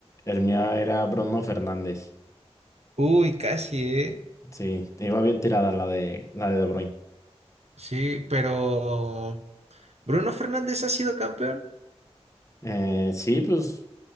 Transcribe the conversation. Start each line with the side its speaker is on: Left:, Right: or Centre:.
Left: el mío era Bruno Fernández.
Right: Uy, casi, ¿eh?
Left: Sí, iba bien tirada la de, la de De Bruyne.
Right: Sí, pero ¿Bruno Fernández ha sido campeón?
Left: Eh, sí, pues